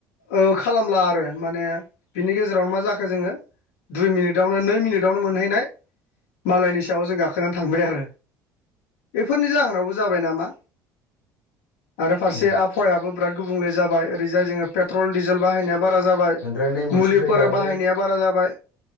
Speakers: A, on the left; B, on the left.
A: ओ खालामला आरो माने बिनि गेजेरावनो मा जाखो जोङो दुइ मिनिटावनो नै मिनिट बेयावनो मोनहैनाय मालायनि सायाव जों गाखोनानै थांबाय आरो बेफोरनि जाहोनावबो जाबाय नामा आरो फारसे
B: उम,
A: आबहावायाबो बिराद गुबुंले जाबाय ओरैजाय जोङो पेट्रल डिजेल बाहायनायाबो बारा जाबाय
B: ओमफ्राय नै मोनसे
A: मुलिफोर
B: जायो आरो
A: बाहायनाया बारा जाबाय